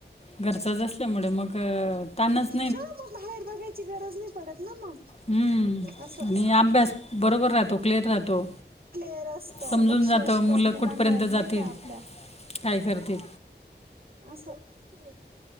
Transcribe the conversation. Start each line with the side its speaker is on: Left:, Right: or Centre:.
Left: घरचाच असल्यामुळे मग.. अ तानचं
Right: हं मग बाहेर बघायची गरज नाही पडत न मग.
Left: हम्.
Right: असं
Left: आणि आभ्यास बरोबर राहात तो क्लिअर राहातो.
Right: क्लिअर असतो
Left: समजून
Right: लक्ष
Left: जातं
Right: असत
Left: मुलं
Right: मुलांवर
Left: कुठपर्यंत
Right: नाही
Left: जातील.
Right: का आपल्या
Left: काय करतील.
Right: आसं येई